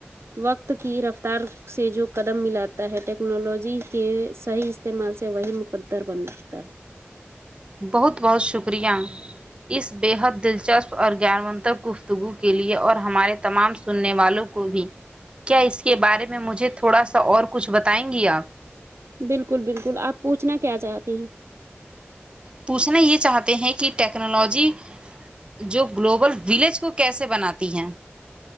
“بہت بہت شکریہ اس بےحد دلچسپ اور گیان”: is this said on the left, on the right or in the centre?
Right